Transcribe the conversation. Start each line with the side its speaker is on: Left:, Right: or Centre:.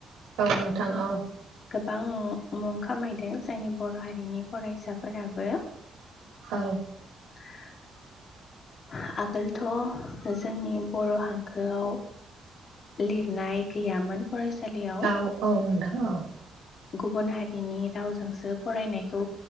Right: औ नोंथां औ
Left: गोबां मुं खामायदों जोंनि बर' हारिनि फरायसाफोराबो
Right: औ
Left: <inaudible> आगोलथ' जोंनि बर' हांखोआव लिरनाय गैयामोन फरायसालियाव
Right: औ औ नोंथां औ
Left: गुबुन हारिनि रावजोंसो फरायनायखौ